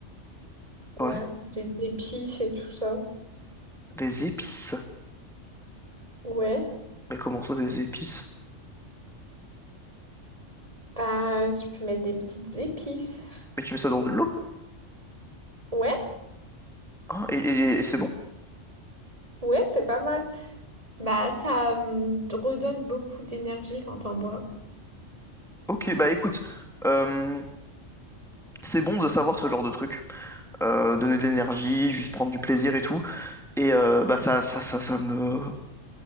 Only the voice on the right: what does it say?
ouais,
des épices et tout ça.
Ouais.
Bah, tu peux mettre des petites épices.
Ouais,
ouais, c'est pas mal. Bah, ça hum, redonne beaucoup d'énergie quand on boit.